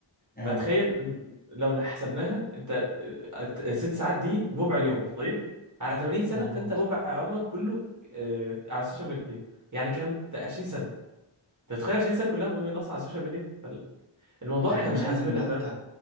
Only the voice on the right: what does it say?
فتخيل
إن لو حسبناها انت آه، ست ساعات دي ربع اليوم طيب على 80 سنه
فانت ربع عمرك كله آه، على السوشيال ميديا يعني كام 20 سنه انت بتخيل 20 سنه كلها مدمن اصلا على السوشيال ميديا فال- الموضوع
احنا
مش حاسبينها